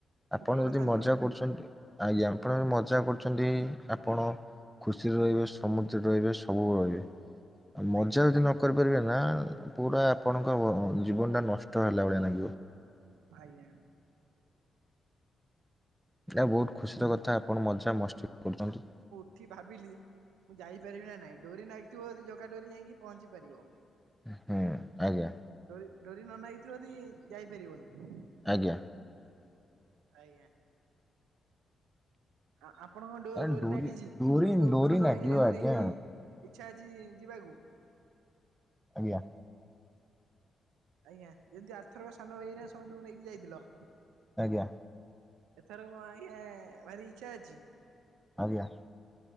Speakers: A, in the centre; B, on the right.
A: ଆପଣ
B: ଭଲ
A: ଯଦି
B: କଥା
A: ମଜା
B: ନୁହଁ ଆଜ୍ଞା
A: କରୁଚନ୍ତି। ଆଜ୍ଞା ଆପଣ ଯଦି ମଜା କରୁଚନ୍ତି ଆପଣ ଖୁସିରେ ରହିବେ, ସମୃଦ୍ଧିରେ ରହିବେ, ସବୁବେଳେ ରହିବେ। ମଜା
B: ଆଜ୍ଞା
A: ଯଦି ନ କରି ପାରିବେ ନା ପୁରା ଆପଣଙ୍କ ଜୀବନଟା ନଷ୍ଟ ହେଲା ଭଳିଆ ଲାଗିବ।
B: ଆଜ୍ଞା।
A: ଯାହା ହୋଉ ବୋହୁତ ଖୁସିର କଥା ଆପଣ ମଜା ମସ୍ତି କରୁଚନ୍ତି।
B: ଏଠି ଭାବିଲି ମୁଁ ଯାଇପାରିବି ନା ନାଇଁ ଡୋରି ନାଗିଥିବ ଯଦି ଜଗା ଡୋରି ଯାଇକି ପହଞ୍ଚି ପାରିବ।
A: ହୁଁ ଆଜ୍ଞା।
B: ଡୋରି ଡୋରି ନ ନାଗିଥିବ ଯଦି ଯାଇପାରିବନି।
A: ଆଜ୍ଞା।
B: ଆଜ୍ଞା। ଆ-ଆପଣଙ୍କ
A: ଆ
B: ଡୋରି ନାଗିଚି ତମେ
A: ଡୋରି
B: ଯୋଉ
A: ଡୋରି
B: ସାନ
A: ଲାଗିବ
B: ଭାଇ ହେରିକା ଙ୍କୁ
A: ଆଜ୍ଞା
B: ନେଇକି ଇଚ୍ଛା ଅଛି ଯିବାକୁ
A: ଆଜ୍ଞା।
B: ଆଜ୍ଞା ଯେମିତି ଆର୍ଥର ସାନ ଭାଇ ହେରିକ ସମସ୍ତୁ କୁ ନେଇକି ଯାଇଥିଲ।
A: ଆଜ୍ଞା।
B: ଏଥର କଣ ଆଜ୍ଞା ଭାରି ଇଚ୍ଛା ଅଛି।
A: ଆଜ୍ଞା। ‌